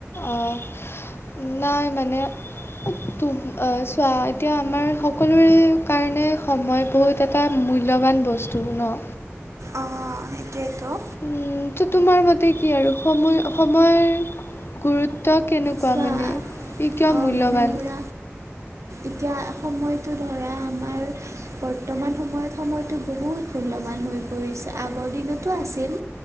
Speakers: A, on the left; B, on the right.
A: আহ নাই মানে উ তো চোৱা এতিয়া আমাৰ সকলোৰে কাৰণে সময় বহুত এটা মূল্যৱান বস্তু ন।
B: অ', সেইটোৱেটো।
A: উম, ত' তোমাৰ মতে কি আৰু সময় সময় গুৰুত্ব ত কেনেকুৱা
B: চোৱা,
A: মানে? কিয়
B: অ',
A: মূল্যৱান
B: মানে ধৰা, এতিয়া সময়টো ধৰা আমাৰ বৰ্তমান সময়ত সময়টো বহুত মূল্যৱান হৈ পৰিছে আগৰ দিনতো আছিল।